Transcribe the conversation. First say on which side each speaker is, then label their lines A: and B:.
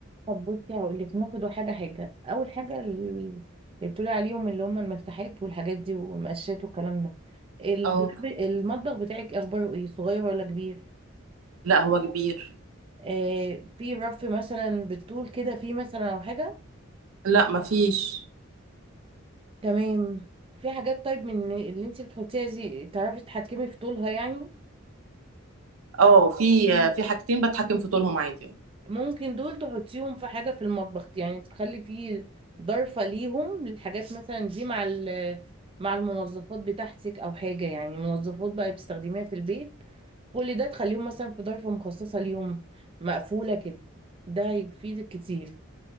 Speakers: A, on the right (about 25°); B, on the right (about 80°).
A: طب بصي هقول لك ناخد حاجه حاجه اول حاجه ال- اللي بتقولي عليهم اللي هم المفتاحات والحاجات دي والمقشات والكلام ده الدولاب-
B: اه
A: المطبخ بتاعك اخباره ايه صغير ولا كبير
B: لا هو كبير
A: آه في رف مثلا بالطول كده في مثلا او حاجه
B: لا مفيش
A: تمام في حاجات طيب من اللي انت بتحطيها دي تعرفي تتحكمي في طولها يعني
B: اه في في حاجتين بتحكم في طولهم عادي
A: ممكن دول تحطيهم في حاجه في المطبخ يعني تخلي فيه ضرفه ليهم للحاجات مثلا دي مع ال- مع المنظفات بتاعتك او حاجه يعني منظفات بقى بتستخدميها في البيت كل ده تخليهم مثلا في ضرفه مخصصه ليهم مقفوله كده ده هيفيدك كتير